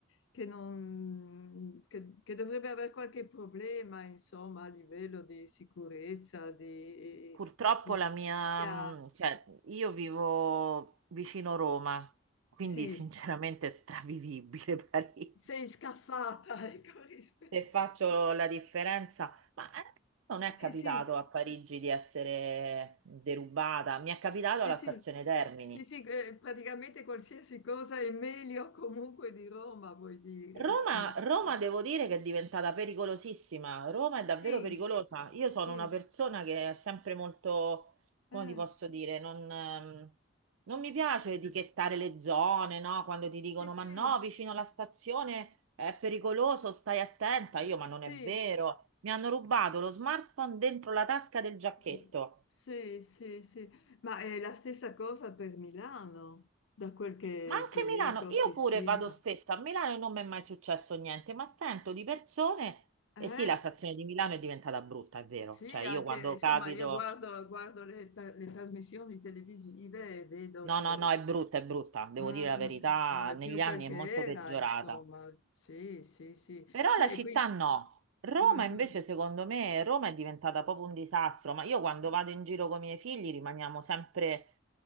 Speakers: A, on the left (about 65°); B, on the right (about 75°).
A: che non- che- che dovrebbe avere qualche problema, insomma, a livello di sicurezza, di eh,
B: Purtroppo
A: pulizia.
B: la mia, mh, cioè, io vivo vicino Roma, quindi
A: Sì,
B: sinceramente è stravivibile <laughs> Parigi.
A: sei scaffata, <laughs> ecco, rispetto.
B: se faccio la differenza, ma eh, non è
A: Sì,
B: capitato
A: sì,
B: a Parigi di essere derubata, mi è capitato
A: sì,
B: alla
A: sì,
B: stazione Termini.
A: sì, sì, eh, praticamente qualsiasi cosa è meglio comunque di Roma, vuoi dire.
B: Roma,
A: Mm.
B: Roma devo dire che è diventata pericolosissima. Roma è davvero
A: Sì,
B: pericolosa. Io sono
A: sì.
B: una persona che è sempre molto, come
A: Eh.
B: ti posso dire, non, ehm, non mi piace etichettare le zone, no? Quando ti dicono
A: Sì, sì,
B: ma no, vicino alla stazione è pericoloso, stai attenta. Io, ma non
A: sì,
B: è vero. Mi hanno rubato lo smartphone dentro la tasca del giacchetto.
A: Mm. sì, sì, sì. Ma è la stessa cosa per Milano, da quel che,
B: Ma anche
A: che leggo,
B: Milano, io
A: che
B: pure
A: sento.
B: vado spesso a Milano e non mi è mai successo niente, ma sento di persone,
A: Eh,
B: e sì, la stazione di Milano è diventata brutta, è vero,
A: sì,
B: cioè io
A: anche,
B: quando
A: insomma,
B: capito,
A: io guardo, guardo le, ta- le trasmissioni televisive e vedo
B: no,
A: che
B: no, no, è brutta, è brutta, devo
A: mm, mm,
B: dire la verità,
A: non è
B: negli
A: più quel
B: anni
A: che
B: è molto peggiorata.
A: era, insomma. Sì, sì, sì.
B: Però
A: Sì,
B: la
A: e
B: città
A: qui...
B: no. Roma
A: mm,
B: invece, secondo me, Roma è diventata proprio un disastro, ma io quando
A: mm.
B: vado in giro con i miei figli rimaniamo sempre,